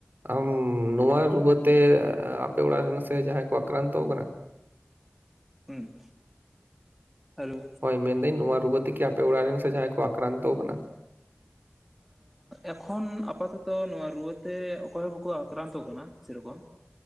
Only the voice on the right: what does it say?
ᱟᱢ ᱱᱚᱣᱟ ᱨᱩᱣᱟᱹᱛᱮ ᱟᱯᱮ ᱚᱲᱟᱜ ᱨᱮᱱ ᱥᱮ ᱡᱟᱦᱟᱸᱭ ᱠᱚ ᱟᱠᱨᱟᱱᱛᱚ ᱠᱟᱱᱟ
ᱦᱳᱭ ᱢᱮᱱᱫᱟᱹᱧ ᱱᱚᱣᱟ ᱨᱩᱣᱟᱹᱛᱮ ᱠᱤ ᱟᱯᱮ ᱚᱲᱟᱜ ᱨᱮᱱ ᱥᱮ ᱡᱟᱦᱟᱸᱭ ᱠᱚ ᱟᱠᱨᱟᱱᱛᱚ ᱠᱟᱱᱟ